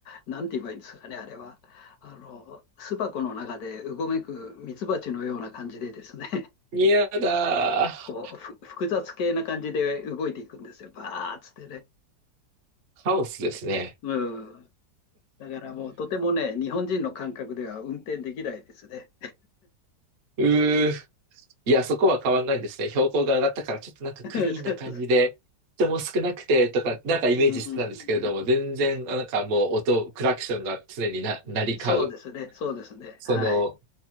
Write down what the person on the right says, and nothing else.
嫌だ
ー。カオスですね。
うー。いや、そこは変わんないんですね。標高が上がったから、ちょっとなんかクリーンな感じで、
人も少なくてとか、なんかイメージしてたんですけれども、
全然、あなんかもう音、クラクションが常にな、鳴り交う、
その、